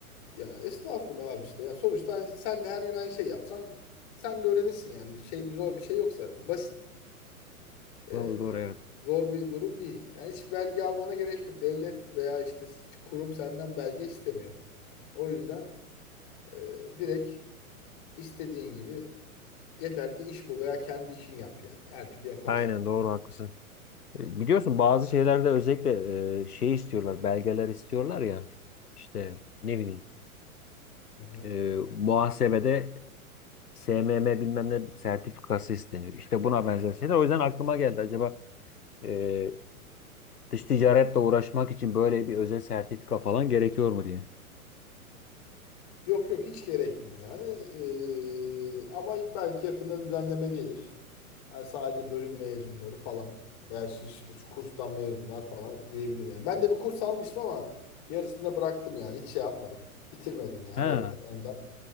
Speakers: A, on the left; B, on the left.
A: Ya estağfurullah abi işte. Ya sonuçta hani sen de her gün aynı şey yapsan sen de öğrenirsin yani. Şey bir zor bir şey yok zaten. Basit. Ee,
B: Doğru doğru evet.
A: zor bir durum değil. Yani hiç belge almana gerek yok. Devlet veya işte kurum senden belge istemiyor. O yüzden e, direkt istediğin gibi yeter ki iş bul veya kendi işini yap yani. Her türlü yaparsın.
B: Aynen doğru haklısın. E, Biliyorsun bazı şeylerde özellikle e, şey istiyorlar, belgeler istiyorlar ya. İşte ne bileyim
A: Hı hı.
B: e, muhasebede SMM bilmem ne sertifikası isteniyor. İşte buna benzer şeyler. O yüzden aklıma geldi. Acaba e, dış ticaretle uğraşmak için böyle bir özel sertifika falan gerekiyor mu diye.
A: Yok yok hiç gerekmiyor yani. Ee, ama belki yakında düzenleme gelir. Yani sadece bölüm mezunları falan veya işte işte şu kurstan mezunlar falan diyebilir yani. Ben de bir kurs almıştım ama yarısında bıraktım yani. Hiç şey yapmadım. Bitirmedim yani
B: Ha.
A: öyle ondan.